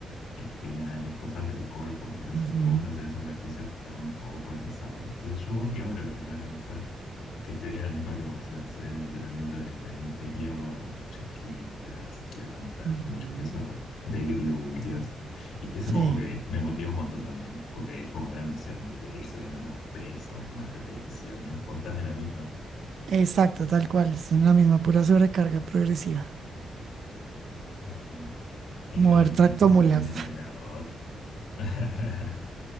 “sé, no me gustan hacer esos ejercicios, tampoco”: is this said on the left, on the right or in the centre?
Left